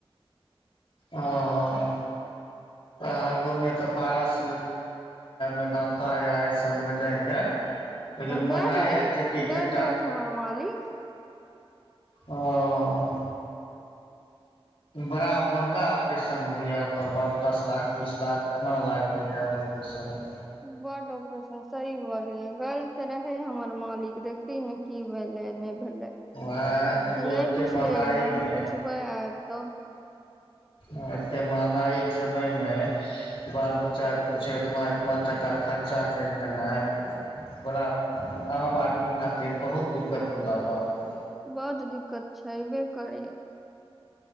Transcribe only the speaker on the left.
अऽ ह को ने त पारस मेदानता या इ सब मे जाय के लेकिन उएह
यए जेकि
कनि टा
हं बड़ा महंगा ऑपरेशन होइया ओकरबाप दस लाख बीस लाख एना लागैया ऑपरेशन मे
वएह देखियौ
एते
महंगाई
मे
आ एते महंगाई के समय मे बाल बच्चा किछ एतना इतना टाका खर्चा करि देनाइ बड़ा आम आदमी खातिर बहुत दिक्कत वला बात अई